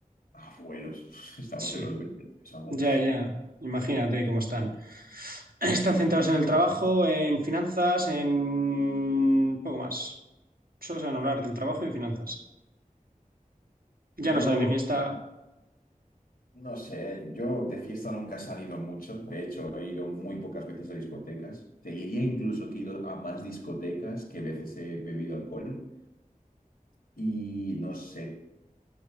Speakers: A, on the left; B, on the right.
A: Abuelos, <laughs> estamos
B: Sí,
A: en los 20 años aún,
B: ya,
A: tío.
B: ya. Imagínate cómo están. Están centrados en el trabajo, en finanzas, en poco más. Solo saben hablar del trabajo y de finanzas.
A: Yo,
B: Ya no salen de fiesta.
A: no sé, yo de fiesta nunca he salido mucho, de hecho, he ido muy pocas veces a discotecas. Te diría incluso que he ido a más discotecas que veces he bebido alcohol y no sé.